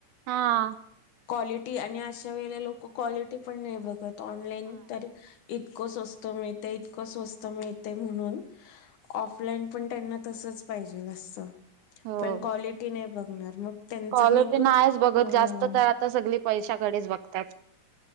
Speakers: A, on the right (about 80°); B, on the left (about 85°).
A: हा.
B: क्वालिटी आणि अशा वेळेला लोक क्वालिटी पण नाइ बघत ऑनलाईन तर इतक स्वस्त मिळतंय इतकं स्वस्त मिळतंय म्हणून, ऑफलाईन पन त्यांना तसच पाहिजे नस्स
A: हो
B: पण क्वालिटी नाही बघणार मग त्यांचा
A: क्वालिटी
B: मेंदूच
A: नाहीच बघत
B: हा
A: जास्त तर आता सगळी पैशाकडेच बघतात